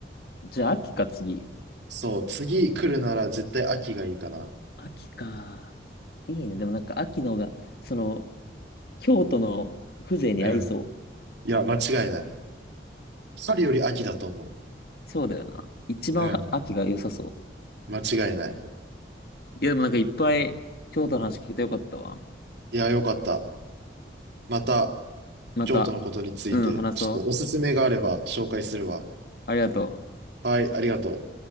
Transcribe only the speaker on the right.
そう、次来るなら絶対秋がいいかな。
うん。いや、間違いない。春より秋だと思
う。うん。間違いない。
いや、よかった。また、
京都のことについて、
ちょっとおすすめがあれば紹介するわ。
はい、ありがとう。